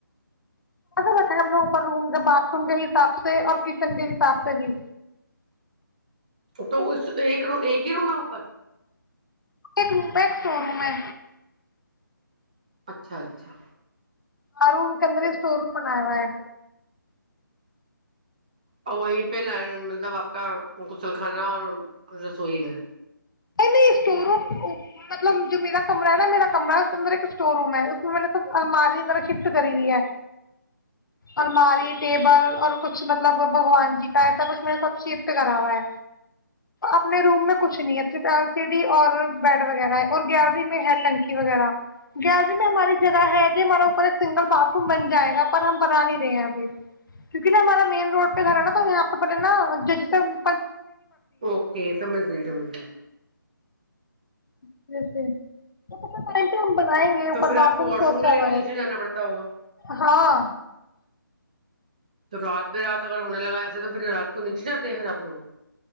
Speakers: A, on the left; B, on the right.
A: اا رکھا ہے ہم نے اوپر روم کے باتھ روم کے حساب سے اور کچن کے حساب سے بھی
B: تو اس ایک ایک ہی رونا اوپر
A: ایک رووم ایک شو روم ہے
B: اچھا اچھا
A: آ روم کےدرے اسٹور روم بنایا ہوا ہے
B: اور وہیں پہ ل مطلب آپ کا غسل خانا اور رسوئی ہے
A: نہیں نہیں اسٹور روم مطلب جو میرا کمرہ ہے نا میرا کمرہ ہے اس کے اندر ایک اسٹور روم ہے اس میں میں نے س الماری وغیرہ شفٹ کری ہو ہے الماری ٹیبل اور کچھ مطلب بھگوان جی کا ایسا کچھ میں نے سب شفٹ کرا ہوا ہے اپنے روم میں کچھ نہیں ہے ایل سی ڈی اور بیڈ وغیرہ ہے اور گیلری میں ہے نکی وغیرہ گیلری میں ہماری جگہ ہے ج ہمارا اوپر ایک سنگل باتھ روم بن جائے گا پر ہم بنا نہیں رہے ہیں ابھی کیک نا ہمارا مین روڈ پہ گھر ہے نا تو یہاں پہ بلے نا جشن
B: اوکے سمجھ لی سمج لی
A: ج جیسے ٹم پہ ہم بنائیں گے اوپر
B: تو پھر
A: باتھ
B: آپ کو
A: روم
B: واش
A: سوچا
B: کے لیے
A: رہا
B: بھی
A: ہے
B: نیچے جانا پڑتا ہوگا
A: ہاں
B: تو رات پہ رات اگر ہونے لگا ایسے تو پھر رات کو نیچے جاتے ہیں پھر آ لوگ